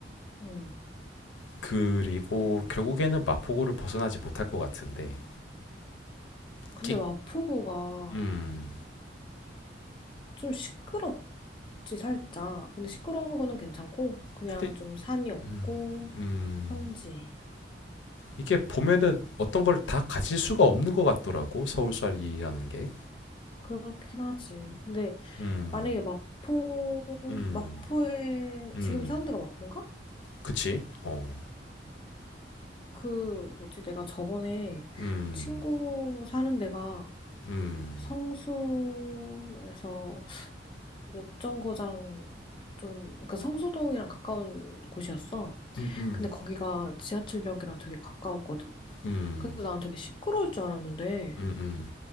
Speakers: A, on the left (about 30°); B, on the left (about 85°).
A: 응.
B: 그리고 결국에는 마포구를 벗어나지 못할 것 같은데
A: 근데
B: 끼-
A: 마포구가
B: 음.
A: 좀 시끄럽지 살짝. 근데 시끄러운 거는 괜찮고 그냥
B: 근데
A: 좀 산이 없고
B: 음. 음.
A: 평지.
B: 이게 보면은 어떤 걸 다 가질 수가 없는 것 같더라고. 서울살이라는 게.
A: 그렇긴 하지. 근데
B: 음.
A: 만약에 마포
B: 음.
A: 마포에
B: 음.
A: 지금 사는 데가 마포인가?
B: 그치? 어.
A: 그 뭐지? 내가 저번에
B: 음.
A: 친구 사는 데가
B: 음.
A: 성수에서 몇정거장 좀, 그러니까 성수동이랑 가까운 곳이었어.
B: 음, 음.
A: 근데 거기가 지하철역이랑 되게 가까웠거든?
B: 음.
A: 그래서 난 되게 시끄러울 줄 알았는데,
B: 음. 음.